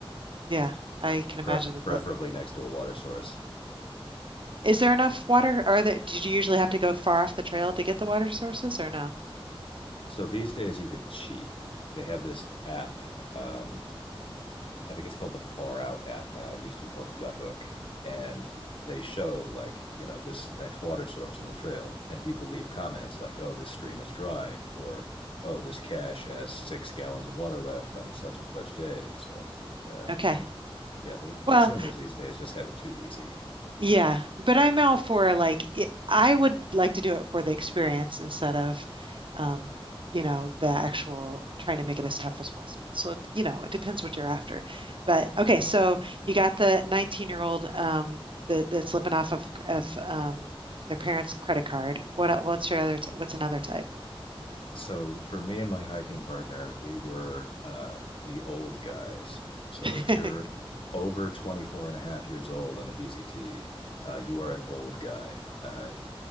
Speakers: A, on the right (about 60°); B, on the left (about 65°).
A: Yeah, I can imagine
B: pref-
A: that.
B: preferably
A: the-
B: next to a water source.
A: Is there enough water? Are there, did you usually have to go far off the trail to get the water sources or no?
B: So these days you can cheat. They have this app. Um, I think it's called the Far Out app now. It used to be called Gut Hook, and they show like you know this is the next water source on the trail, and people leave comments like, "Oh, this stream is dry," or "Oh, this cache has six gallons of water left on such and such day." So uh,
A: Okay.
B: yeah, the,
A: Well,
B: the Zoomers these days just have it too easy.
A: Yeah, but I'm all for like it, I would like to do it for the experience instead of, um, you know, the actual trying to make it as tough as possible. So, you know, it depends what you're after. But okay, so you got the 19-year-old um that, that's living off of of um their parents' credit card. What el- what's your other t what's another type?
B: so for me and my hiking partner, we were uh, the old guys. So
A: <laughs>
B: if you're over 24 and a half years old on the PCT, uh, you are an old guy, uh,